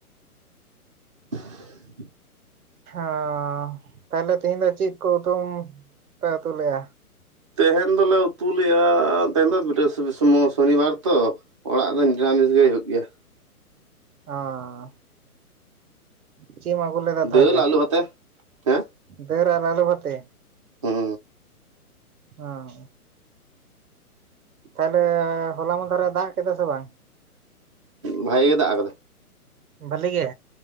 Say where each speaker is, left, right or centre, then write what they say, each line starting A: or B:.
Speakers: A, on the right; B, on the right.
A: <inaudible>
B: ᱚ ᱛᱟᱦᱞᱮ ᱛᱮᱤᱦᱤᱧ ᱫᱚ ᱪᱮᱫ ᱠᱚ ᱩᱛᱩᱢ ᱯᱮ ᱩᱛᱩ ᱞᱮᱫᱼᱟ?
A: ᱛᱮᱦᱮᱧ ᱫᱚᱞᱮ ᱩᱛᱩᱮᱜᱼᱟ ᱛᱮᱦᱮ ᱫᱚ ᱥᱚᱱᱤᱵᱟᱨ ᱛᱚ ᱚᱲᱟᱜ ᱫᱚ ᱱᱤᱨᱟᱢᱤᱥ ᱜᱮ ᱦᱩᱭᱩᱜ ᱜᱮᱭᱟ
B: ᱚᱸ ᱪᱤᱫ ᱮᱢ ᱟᱜᱩ ᱞᱮᱫᱟ ᱛᱟᱦᱚᱞᱮ
A: ᱫᱟᱹᱞ ᱟᱹᱞᱩ ᱟᱛᱮ ᱦᱮᱸ
B: ᱫᱟᱹᱞ ᱟᱨ ᱟᱞᱩ ᱵᱷᱟᱛᱮ
A: ᱦᱩᱸ
B: ᱚᱸ ᱛᱟᱦᱞᱮ ᱦᱚᱞᱟ ᱢᱫᱷᱟᱨᱮ ᱫᱟᱜ ᱠᱮᱫᱟ ᱥᱮ ᱵᱟᱝ?
A: ᱵᱷᱟᱜᱤ ᱜᱮ ᱫᱟᱜ ᱠᱟᱫᱟ᱾
B: ᱵᱷᱟᱹᱞᱤ ᱜᱮ